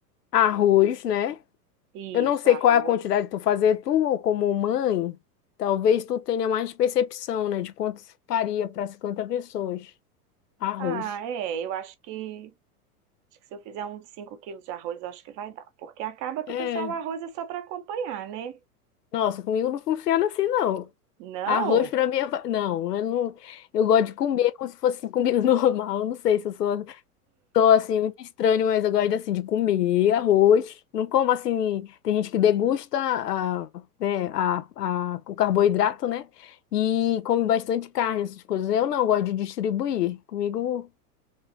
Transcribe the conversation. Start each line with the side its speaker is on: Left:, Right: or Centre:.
Left: arroz, né?
Right: isso,
Left: Eu não sei
Right: arroz.
Left: qual é a quantidade que tu fazer, tu como mãe, talvez tu tenha mais percepção, né, de quanto se faria para 50 pessoas. Arroz.
Right: Ah, é, eu acho que, acho que se eu fizer uns 5 quilos de arroz, eu acho que vai dar. Porque acaba que
Left: É,
Right: o pessoal, o arroz é só para acompanhar, né?
Left: nossa, comigo não funciona assim, não.
Right: Não?
Left: Arroz para mim é... va- Não, eu não... Eu gosto de comer como se fosse comida <laughs> normal. Eu Não sei se eu sou Tô assim, muito estranho, mas eu gosto assim de comer arroz. Não como assim, tem gente que degusta a, né, a, a, o carboidrato, né? E come bastante carne, essas coisas. Eu não gosto de distribuir. Comigo,